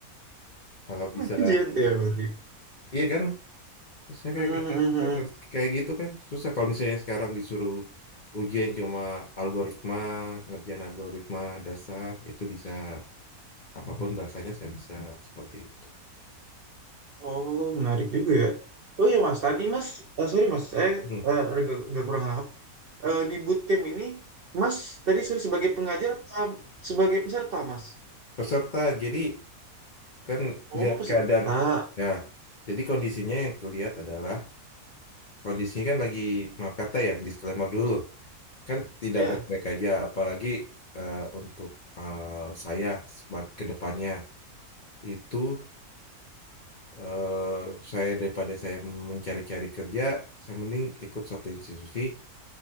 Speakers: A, on the left (about 50°); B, on the right (about 60°).
A: Kalau bisa,
B: kajian teori.
A: iya kan? Maksudnya
B: Hmm,
A: kayak
B: hmm,
A: kayak
B: hmm, hmm.
A: kayak gitu kan susah kalau misalnya sekarang disuruh ujian cuma algoritma, ngerjain algoritma dasar itu bisa apapun bahasanya saya bisa seperti itu.
B: oh, menarik juga ya. Oh iya, Mas. Tadi, Mas, eh, sorry, Mas, saya
A: Hmm.
B: eh, agak, agak kurang paham. Eh, di bootcamp ini, Mas, tadi sorry sebagai pengajar apa sebagai peserta, Mas?
A: Peserta, jadi kan
B: Oh,
A: lihat
B: peserta.
A: keadaan. Ya, jadi kondisinya yang kulihat adalah kondisinya kan lagi maaf kata ya disclaimer dulu kan tidak
B: Ya.
A: baik-baik aja, apalagi eh, untuk eh, saya seba- ke depannya itu eh, saya daripada saya mencari-cari kerja, saya mending ikut suatu institusi